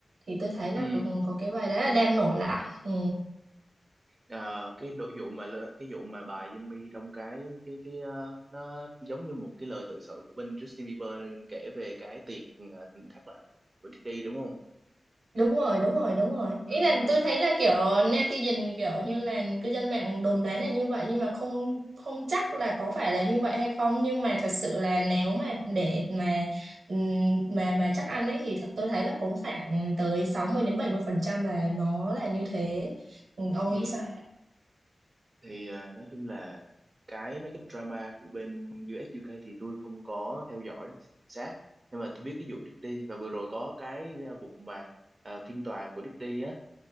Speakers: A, on the right; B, on the right.
A: thì tôi thấy là
B: ừ
A: cũng có cái bài đấy là đang nổi lại ừ.
B: Ờ, cái nội vụ mà lơ- cái vụ mà bài Yummy trong cái cái cái ờ, nó giống như một cái lời tự sự của bên Justin Bieber kể về cái tiệc ờ, thác loạn của Diddy đúng không
A: đúng rồi đúng rồi đúng rồi ý
B: ừ
A: là
B: ừ
A: tôi thấy là kiểu netizen kiểu như là cư dân mạng đồn đoán là như vậy nhưng mà không không chắc là có phải là như vậy hay không nhưng mà thật sự là nếu mà để mà ừm, mà mà chắc ăn ấy thì thật tôi thấy là cũng khoảng tới 60 đến 70 phần trăm là nó là như thế Ừ, ông
B: ừ
A: nghĩ sao
B: thì ờ, nói chung là cái mấy cái drama của bên US UK thì tôi không có theo dõi sát nhưng mà tôi biết cái vụ Diddy và vừa rồi có cái ờ, vụ mà ờ, phiên tòa của Diddy á